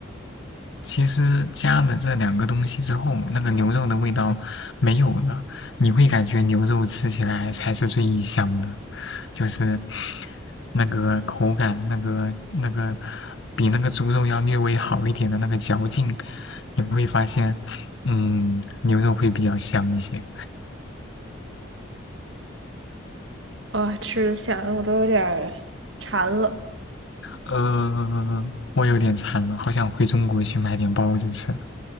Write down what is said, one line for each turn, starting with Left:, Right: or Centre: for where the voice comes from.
Left: 其实加了这两个东西之后，那个牛肉的味道没有了，你会感觉牛肉吃起来才是最香的，就是那个口感，那个那个比那个猪肉要略微好一点的那个嚼劲，你会发现，嗯，牛肉会比较香一些。
Right: 啊，吃的想的我都有点儿馋了。
Left: 呃，我有点馋了，好想回中国去买点包子吃。